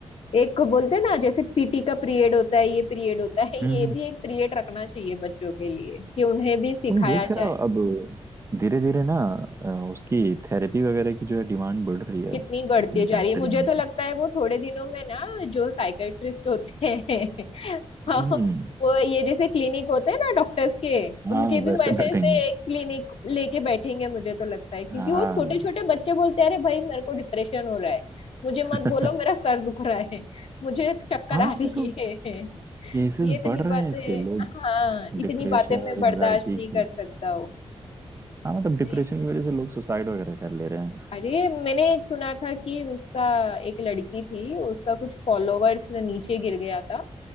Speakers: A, on the left (about 65°); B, on the right (about 25°).
A: एक को बोलते हैं ना जैसे पीटी का पीरियड होता है ये पीरियड होता है
B: है
A: ये
B: हम्म हम्म।
A: भी एक पीरियड रखना चाहिए बच्चों के लिए कि उन्हें भी सिखाया
B: तुम देख रहे
A: जाए
B: हो अब धीरे धीरे ना अ, उसकी थेरेपी वगैरह की जो है डिमांड बढ़ रही है
A: कितनी
B: अब
A: बढ़ती
B: अपनी
A: जा
B: कंट्री
A: रही है मुझे
B: में
A: तो लगता है वो थोड़े दिनों में ना जो साइकेट्रिस्ट होते हैं <laughs> हाँ,
B: हम्म
A: वो ये जैसे क्लिनिक होते हैं ना डॉक्टर्स के
B: हाँ
A: उनके भी
B: वैसे
A: वैसे
B: बैठेंगे
A: ऐसे एक क्लिनिक लेके बैठेंगे मुझे तो लगता है क्योंकि
B: हाँ
A: वो छोटे छोटे बच्चे बोलते हैं अरे भाई मेरे को डिप्रेशन हो रहा है मुझे
B: <laughs>
A: मत बोलो मेरा सर दुख रहा है मुझे चक्कर
B: हाँ
A: आ रही
B: अभी
A: है <laughs>
B: केसेस
A: ये इतनी
B: बढ़ रहे
A: बातें
B: हैं इसके लोग
A: हाँ इतनी
B: डिप्रेशन
A: बातें मैं
B: और
A: बर्दाश्त
B: एंजाइटी
A: नहीं
B: की
A: कर सकता हूँ
B: हाँ मतलब डिप्रेशन
A: नहीं
B: की वजह से लोग सुसाइड वगैरह कर ले रहे हैं
A: अरे मैंने सुना था कि उसका एक लड़की थी उसका कुछ फॉलोवर्स नीचे गिर गया था